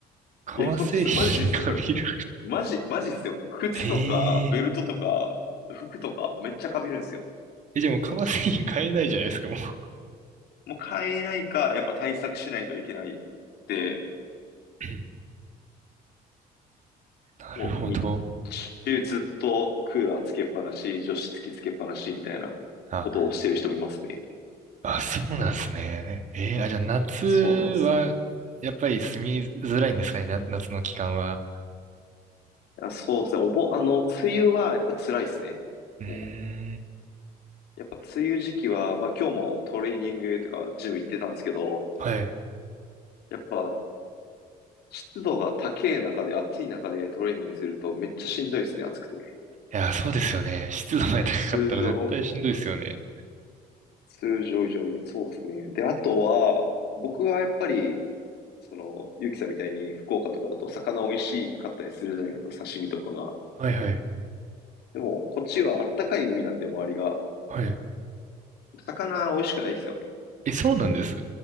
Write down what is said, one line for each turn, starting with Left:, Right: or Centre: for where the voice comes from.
Right: 革製品が見る。
Left: いや、ほんとっす、マジっすよ。これ、マジ、マジっすよ。靴とか、
Right: <laughs>
Left: ベルトとか、
Right: ええ
Left: 服とか、めっちゃかびるんですよ。
Right: え、じゃあもう革製品買えないじゃないですか、もう。
Left: もう買えないか、やっぱ対策しないといけないって、
Right: <laughs> <clears throat> なるほど。
Left: もう日中ずっとクーラーつけっぱなし、除湿機つけっぱなしみたいな
Right: あ、
Left: ことをしてる人もいますね。
Right: あ、そうなんですね。えー、あ、じゃあ夏は、
Left: そうなんです。
Right: やっぱり住みづらいんですかね、な、夏の期間は。
Left: あ、そうですね。おぼ、あの、梅雨はやっぱ辛いですね。
Right: うー
Left: も
Right: ん、
Left: う、やっぱ梅雨時期は、まあ今日もトレーニングとかジム行ってたんですけど、
Right: はい。
Left: やっぱ、湿度が高い中で、暑い中でトレーニングするとめっちゃしんどいですね、暑くて。
Right: いや、そうですよね。湿度が高かったら絶対しんどいですよね。
Left: 通常、つ通常以上に、そうですね。で、あとは、僕はやっぱり、その、ゆうきさんみたいに福岡とかだと魚美味しかったりするじゃないですか、刺身とかが。
Right: はいはい。
Left: でも、こっちはあったかい海なんで、周りが。
Right: はい。
Left: 魚美味しくないですよね。
Right: え、そうなんです